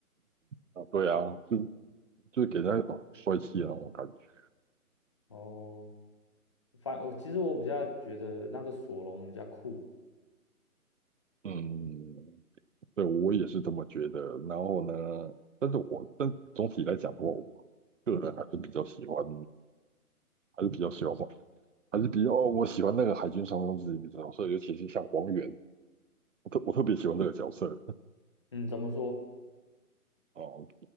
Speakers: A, on the right; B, on the left.
A: 啊，对啊，就就给人家一种帅气的那种感觉。
B: 哦，反我其实我比较觉得那个索隆比较酷。
A: 嗯，对，我也是这么觉得。然后呢，但是我但总体来讲的话，我个人还是比较喜欢，还是比较喜欢黄，还是比较哦我喜欢那个海军上将自己的角色，尤其是像黄猿，我特我特别喜欢这个角色。
B: 嗯，怎么说？
A: 哦，